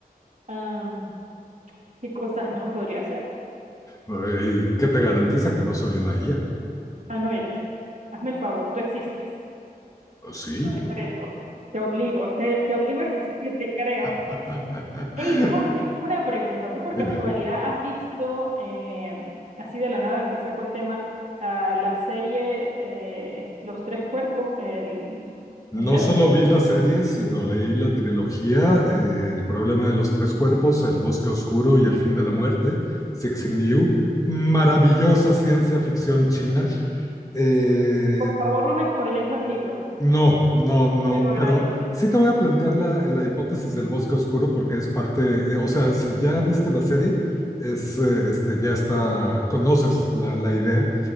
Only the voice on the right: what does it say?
Am, ¿qué cosas no podría hacer?
Ah, no eres. Hazme el favor, tú existes.
Lo decreto. Te obligo, te, te obligo a existir, te creo.
Hey Jorge, una pregunta. ¿Tú por
casualidad has visto, eh, así de la nada te saco el tema, ah, la serie eh, Los Tres Cuerpos el-
en Netflix?
Por favor, no me spoiles los libros,
te lo
agradezco.